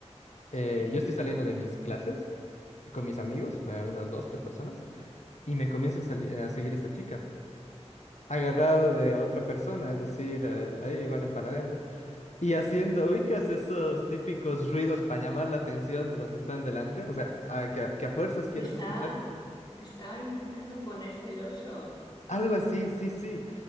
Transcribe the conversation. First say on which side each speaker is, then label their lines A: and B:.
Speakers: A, on the left; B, on the left.
A: Sí.
B: eh, yo estoy saliendo de mis clases con mis amigos, eh, unas dos, tres personas, y me comienza a, sali- a seguir esta chica, agarrado de otra persona, es decir, eh, ahí igual empanadeando. Y haciendo, ubicas esos típicos ruidos para llamar la atención de los que están delante, o sea, a- que, a que a fuerzas quieres
A: Te estaba,
B: escuchar. que están- delante.
A: te estaba intentando poner celoso
B: Algo así, sí, sí.